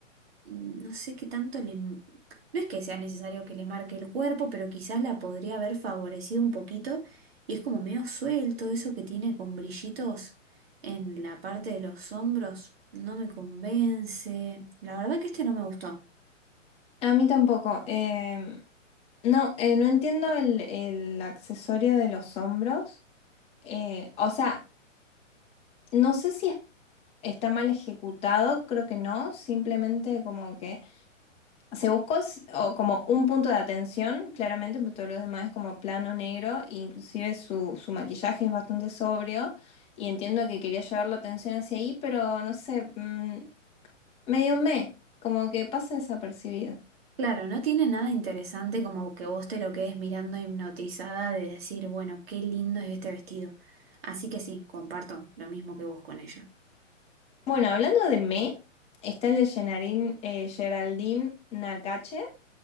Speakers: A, on the right; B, on the left.
A: no sé qué tanto le... No es que sea necesario que le marque el cuerpo, pero quizás la podría haber favorecido un poquito. Y es como medio suelto, eso que tiene con brillitos en la parte de los hombros, no me convence. La verdad que este no me gustó.
B: a mí tampoco. Em, no, eh, no entiendo el, el accesorio de los hombros. Eh, o sea, no sé si es está mal ejecutado, creo que no, simplemente como que se buscó s- o como un punto de atención, claramente, pero todo lo demás es como plano negro, e inclusive su, su maquillaje es bastante sobrio y entiendo que quería llevar la atención hacia ahí, pero no sé, mm, medio me, como que pasa desapercibido.
A: Claro, no tiene nada interesante como que vos te lo quedes mirando hipnotizada de decir, bueno, qué lindo es este vestido. Así que sí, comparto lo mismo que vos con ella.
B: Bueno, hablando de me, está el de Genarin- eh, Geraldine Nakache,